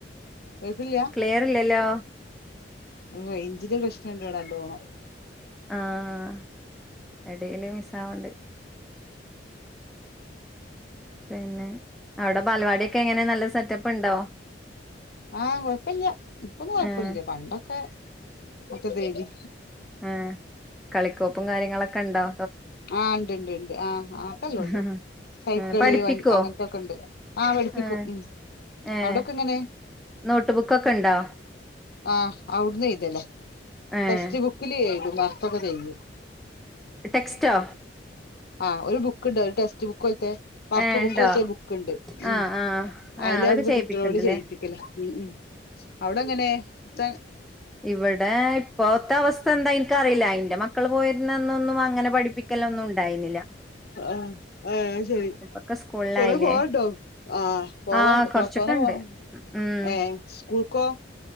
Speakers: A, on the left; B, in the centre.
A: കേക്ക്ണ്ല്ല്യ
B: ക്ലിയർ ഇല്ലല്ലോ
A: റേഞ്ചിന്റ പ്രശ്നംണ്ട് ഇവടെ നല്ലോണം
B: ആഹ് എടേല് മിസ് ആവ്ണ്ട് പിന്നെ അവിടെ ബാലവാടിയൊക്കെ എങ്ങനെ നല്ല സെറ്റപ്പ് ണ്ടോ
A: ആഹ്‌ കൊഴപ്പല്ല്യ ഇപ്പൊന്നും കൊഴപ്പല്ല്യ
B: ഏഹ്
A: പണ്ടൊക്കെ മറ്റതെയ്നി
B: ആഹ് കളിക്കോപ്പും കാര്യങ്ങളൊക്കെണ്ടോ
A: ആഹ്‌ ണ്ട് ണ്ട് ണ്ട് ആഹ് ആഹ്‌ ഇപ്പ
B: ഉണ്ടോ
A: ന്നല്ലോണ്ട് സൈക്കിള്
B: ഏഹ് പഠിപ്പിക്കോ
A: വ അങ്ങനത്തൊക്കെണ്ട് ആഹ്‌ പഠിപ്പിക്കും
B: ഏഹ്
A: ഉം
B: ഏഹ്
A: അവിടെക്കെ എങ്ങനെ
B: നോട്ട് ബുക്ക്ക്കൊക്കെണ്ടോ
A: ആഹ് അവിട്ന്ന് എയ്തല
B: ഏഹ്
A: ടെസ്റ്റ് ബുക്കില് എയുതും വർക്ക് ഒക്കെ <unintelligible>
B: ടെക്സ്റ്റോ
A: ആഹ്‌ ഒരു ബുക്കുണ്ട് ഒരു ടെക്സ്റ്റ് ബുക്ക് പോലത്തെ വർക്ക്
B: ഏഹ്
A: ബുക്കോൽത്ത
B: ഇണ്ടോ
A: ബുക്ക്ണ്ട് ഉം
B: ആഹ് ആഹ് ആഹ്
A: അയ്ലവിടുന്ന്
B: അതൊക്കെ ചെയ്യിപ്പിക്ക്ണ്ട്ല്ലേ
A: കുട്ടികളോട് ചെയ്യിപ്പിക്കല ഉം ഉം അവിടെങ്ങനെ <unintelligible>
B: ഇവടെ ഇപ്പോത്തെ അവസ്ഥ എന്താ ഇൻക്കറീല്ല ഇന്റെ മക്കള് പോയ ഇന്നൊന്നൊന്നും അങ്ങനെ പഠിപ്പിക്കലൊന്നും ഉണ്ടായിരുന്നില്ല
A: ആഹ്‌ ഏഹ്‌ ശെരി
B: ഇപ്പൊക്കെ സ്കൂളിലായില്ലേ
A: കൊറെ പോവാണ്ടോ ആഹ്‌ പോവാണ്ട്
B: ആഹ്
A: <unintelligible>
B: കൊറച്ചൊക്കെണ്ട്
A: പോവാ
B: ഉം
A: ഏഹ്‌ സ്കൂൾക്കോ